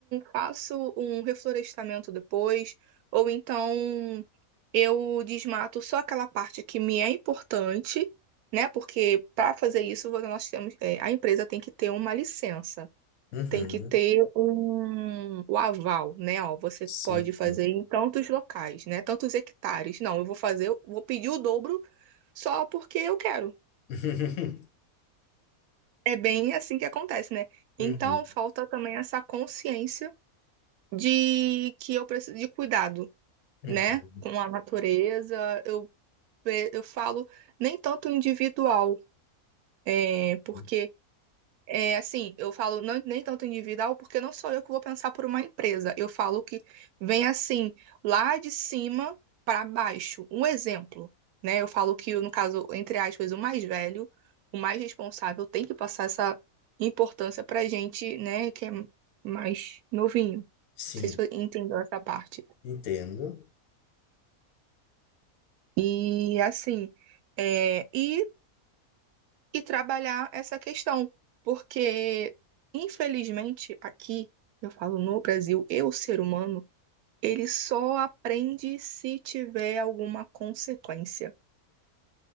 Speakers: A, on the right; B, on the left.
A: faço um reflorestamento depois, ou então eu desmato só aquela parte que me é importante, né? Porque para fazer isso, vo- nós temos, é, a empresa tem que ter uma licença.
B: uhum,
A: Tem que ter um, o aval, né? Ó, você
B: sim.
A: pode fazer
B: sim.
A: em tantos locais, né? Tantos hectares. Não, eu vou fazer, eu vou pedir o dobro só porque eu quero.
B: <laughs>
A: É bem assim que acontece, né? Então,
B: Uhum,
A: falta também essa consciência de que eu preciso de cuidado,
B: uhum,
A: né? Com a natureza. Eu, eh, eu falo nem tanto individual, é, porque.
B: uhum.
A: É, assim, eu falo não, nem tanto individual, porque não sou eu que vou pensar por uma empresa. Eu falo que vem assim, lá de cima para baixo. Um exemplo, né? Eu falo que, no caso, entre aspas, o mais velho, o mais responsável, tem que passar essa importância para gente, né, que é mais novinho. Não
B: Sim,
A: sei se você entendeu essa parte.
B: entendo.
A: E assim, é, e e trabalhar essa questão, porque, infelizmente, aqui, eu falo no Brasil, eu, ser humano, ele só aprende se tiver alguma consequência.